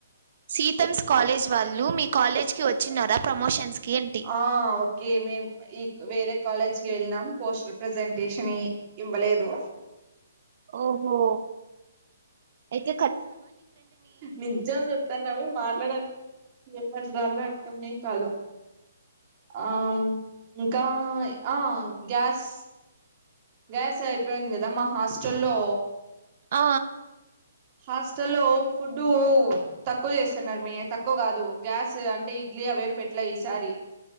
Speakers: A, on the right (about 50°); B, on the right (about 30°).
A: సీతమ్స్ కాలేజ్ వాళ్ళు మీ కాలేజ్కి వచ్చినార ప్రమోషన్స్ కి ఏంటి
B: ఆ ఓకే మేము ఈ వేరే కాలేజ్ కి వెళినం పోస్టర్ ప్రజెంటేషన్ ఇ ఇవ్వలేదు
A: ఓహో ఏక్
B: నిజం చెప్తన్నాను మాట్లాడ ఏం మాట్లాడాలో అర్థమే కాదు ఆ ఇంకా ఆ గ్యాస్ గ్యాస్ అయిపోయింది కదా మా హాస్టల్లో
A: ఆ
B: హాస్టల్లో ఫుడ్ తక్కువ చేస్తున్నారు. మ్మె తక్కువ కాదు గ్యాస్ అంటే ఇడ్లీ అవి ఏం పెట్ల ఈసారి